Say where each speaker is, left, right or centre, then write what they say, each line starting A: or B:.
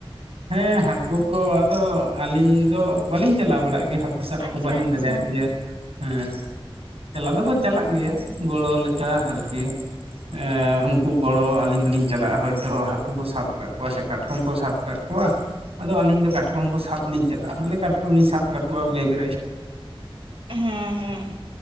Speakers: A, on the right (about 80°); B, on the right (about 60°).
A: ᱦᱮᱸ ᱦᱟᱹᱠᱩ ᱠᱚ ᱟᱫᱚ ᱟᱹᱞᱤᱧ ᱫᱚ ᱵᱟᱹᱞᱤᱧ ᱪᱟᱞᱟᱣ ᱵᱟᱲᱟᱜ ᱜᱮᱭᱟ ᱦᱟᱹᱠᱩ ᱥᱟᱵ
B: ᱟᱪᱪᱷᱟ
A: ᱠᱚ ᱵᱟᱞᱤᱧ
B: ᱟᱪᱪᱷᱟ
A: ᱫᱟᱲᱮᱭᱟᱜ ᱜᱮᱭᱟ ᱦᱮᱸ ᱪᱟᱞᱟᱣ ᱫᱚᱠᱚ ᱪᱟᱞᱟᱜ ᱜᱮᱭᱟ ᱜᱚᱲᱚ ᱞᱮᱠᱟ ᱪᱟᱜ ᱟᱨᱠᱤ ᱮᱸ ᱩᱱᱠᱩ ᱜᱚᱲᱚ ᱟᱞᱤᱧ ᱫᱚᱞᱤᱧ ᱪᱟᱞᱟᱜᱼᱟ ᱦᱳᱭᱛᱚ ᱦᱟᱠᱩ ᱠᱚ ᱥᱟᱵ ᱠᱟᱜ ᱠᱚᱣᱟ ᱥᱮ ᱠᱟᱴᱠᱚᱢ ᱠᱚ ᱥᱟᱵ ᱠᱟᱜ ᱠᱚᱣᱟ ᱟᱫᱚ ᱟᱹᱞᱤᱧ ᱫᱚ ᱠᱟᱴᱠᱚᱢ ᱠᱚ ᱥᱟᱵ ᱞᱤᱧ ᱪᱟᱞᱟᱜᱼᱟ ᱢᱟᱱᱮ ᱠᱟᱴᱠᱚᱢ ᱞᱤᱧ ᱥᱟᱵ ᱠᱟᱠᱚᱣᱟ ᱵᱮᱜᱽ ᱨᱮ
B: ᱦᱮᱸ ᱦᱮᱸ